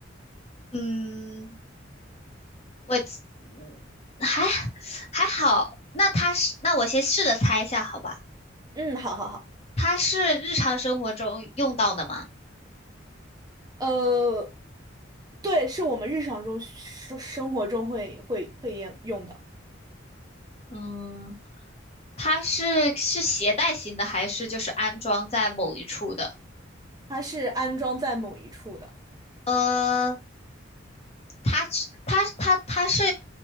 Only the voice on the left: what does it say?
嗯，我嗯还还好，那它是，那我先试着猜一下，好吧？
它是日常生活中用到的吗？
嗯，它是是携带型的，还是就是安装在某一处的？
呃，它它它它是